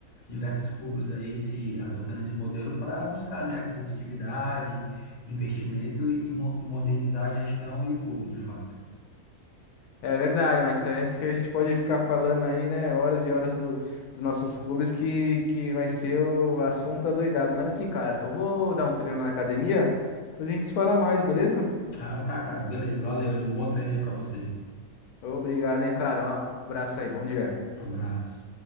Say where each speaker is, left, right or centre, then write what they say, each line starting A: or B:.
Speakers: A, on the left (about 40°); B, on the left (about 80°).
A: diversos clubes aí se adotando esse modelo para buscar, né, competitividade, investimento e, mo- e modernizar a gestão e o clube, de fato.
B: É verdade, mas isso aí acho que a gente pode ficar falando aí, né? Horas e horas do, dos nossos clubes que, que vai ser o assunto adoidado. Mas assim, cara, eu vou dar um treino na academia, depois a gente se fala mais, beleza?
A: Ah, tá, cara. Beleza. Valeu aí. Um bom treino aí pra você.
B: Obrigado, hein, cara. Um abraço aí, bom dia.
A: Abraço.